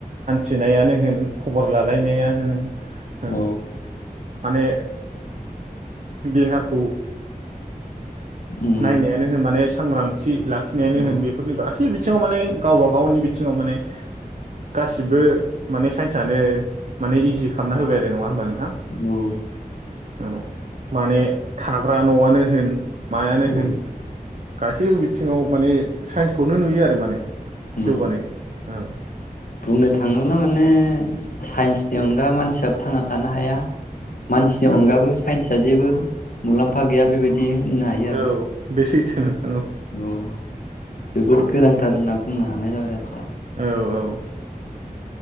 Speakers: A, on the right; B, on the left.
A: थिनायानो होन खबर लालायनाया होन ओं।
B: औ
A: माने देहाखौ
B: उम
A: नायनायानो होन माने सांग्रां थि लाखिनायानो
B: औ
A: होन बेफोरनि गासै थिङाव माने गावबा गावनि बिथिङाव माने गासिबो माने साइन्सानो माने इजि खालामना होबाय आरो नङा होमबा नों थां,
B: औ
A: औ माने थाग्रा न'आनो होन मायानो
B: औ
A: होन गासैबो बिथिङाव माने साइन्सखौनो नुयो आरो माने
B: उम
A: जौगानायखौ औ
B: बुंनो थाङोब्ला माने साइन्सनि अनगा मानसियाबो थांना थानो हाया। मानसिनि
A: औ
B: अनगाबो साइन्सआ जेबो मुलाम्फा गैया बेबादि दि होननो हायो आरो।
A: औ बे सैथो औ
B: औ जोबोद गोनांथार होनना बुंनो हानाय जाबाय आरो दा
A: औ औ